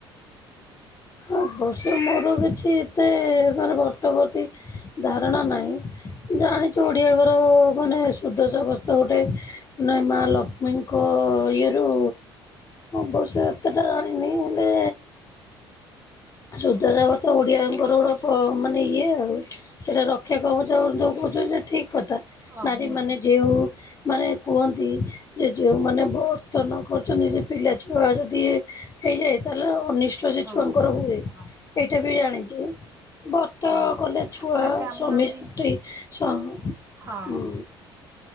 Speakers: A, on the left; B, on the right.
A: ଅବଶ୍ୟ ମୋର କିଛି ସେ ମାନେ ବର୍ତ ପ୍ରତି ଧାରଣା ନାଇଁ, ଜାଣିଚୁ ଓଡ଼ିଆ ଘର ମାନେ ସୁଦଶା ବ୍ରତ ଗୋଟାଏ ନା ମା ଲକ୍ଷ୍ମୀଙ୍କ ଇଏରୁ ଅବଶ୍ୟ ଏତେଟା ଜାଣିନି ହେଲେ ସୁଦଶା ବ୍ରତ ଓଡିଆଙ୍କର ଗୋଟାଏ ପ ମାନେ ଇଏ ଆଉ। ସେଟା ରକ୍ଷା କବଚ ଯୋଉ କହୁଚନ୍ତି ସେଇଟା ଠିକ କଥା,
B: ହଁ
A: ନାରୀ
B: ନିହାତି
A: ମାନେ ଯେଉ ମାନେ କୁହନ୍ତି ଯେ ଯେଉଁମାନେ ବ୍ରତ ନ କରୁଚନ୍ତି ସେ ପିଲା ଛୁଆ ଯଦି ଏ ହେଇଯାଏ ତାହେଲେ ଅନିଷ୍ଟ ସେ
B: ହଁ
A: ଛୁଆଙ୍କର ହୁଏ,
B: ହଁ।
A: ଏଇଟା ବି ଜାଣିଚି। ବର୍ତ
B: ହଁ।
A: କଲେ ଛୁଆ
B: ତାପରେ ଆମର
A: ସ୍ୱାମୀ
B: ବି
A: ସ୍ତ୍ରୀ ସ୍ୱା ହୁଁ
B: ହଁ